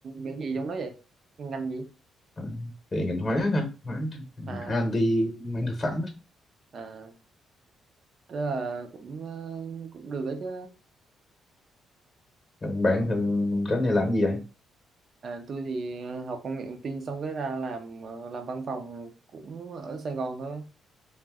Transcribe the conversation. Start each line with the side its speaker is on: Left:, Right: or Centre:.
Right: cái gì trong đó vậy ngành gì
Left: Ờ, về ngành hóa thôi hóa R&D
Right: à
Left: mảng thực phẩm á.
Right: à tức là cũng ờ, cũng được đấy chứ
Left: Còn bạn thường cái này làm cái gì vậy
Right: À, tôi thì học công nghệ thông tin xong cái ra làm ờ, làm văn phòng cũng ở Sài Gòn thôi.